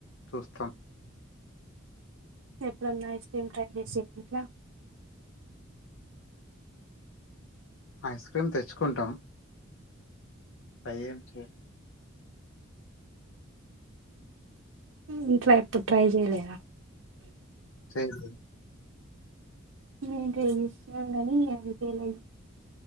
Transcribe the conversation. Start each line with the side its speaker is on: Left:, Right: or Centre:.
Left: చూస్తాం.
Right: ఎప్పుడున్నా ఐస్ క్రీమ్ ట్రై చేసి ల్ల
Left: ఐస్ క్రీమ్ తెచ్చుకుంటం. అయ్యెం చెయ్యలె
Right: ఇంట్ల ఎప్పున్ ట్రై జెయ్ లేదా
Left: చేలెద్
Right: మే ట్రై చెస్నం కాని అది ఫెయిలై,